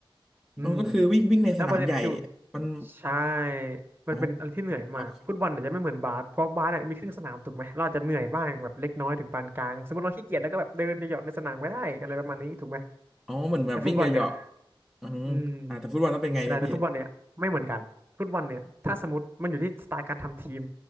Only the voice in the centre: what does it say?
อ๋อก็คือวิ่งวิ่งในสนามใหญ่
มัน
อ๋อครับครับอ๋อเหมือนแบบวิ่งเหยาะๆอืมอ่าแต่ฟุตบอลต้องเป็นไงครับพี่